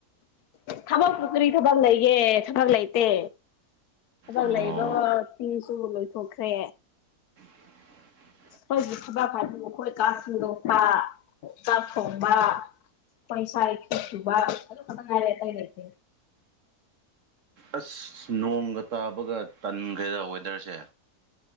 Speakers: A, on the left; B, on the right.
A: ꯊꯕꯛꯄꯨ ꯀꯔꯤ ꯊꯕꯛ ꯂꯩꯌꯦ ꯊꯕꯛ ꯂꯩꯇꯦ ꯊꯕꯛ
B: ꯑꯣ
A: ꯂꯩꯕꯒ ꯐꯤꯁꯨꯕ ꯂꯣꯏꯊꯣꯛꯈ꯭ꯔꯦ
B: <inaudible>
A: ꯈꯣꯏꯒꯤ ꯊꯕꯛ ꯍꯥꯏꯕꯨ ꯑꯈꯣꯏ ꯀꯥ ꯁꯦꯡꯗꯣꯛꯄꯥ ꯆꯥꯛ ꯊꯣꯡꯕꯥ ꯄꯩꯁꯥꯏ ꯊꯕꯛ ꯁꯨꯕꯥ ꯑꯗꯨ ꯈꯛꯇꯥ ꯉꯥꯏꯔꯦ ꯑꯇꯩ ꯂꯩꯇꯦ
B: ꯑꯁ ꯅꯣꯡꯒ ꯇꯥꯕꯒ ꯇꯟꯈ꯭ꯔꯦꯗ ꯋꯦꯗꯔꯁꯦ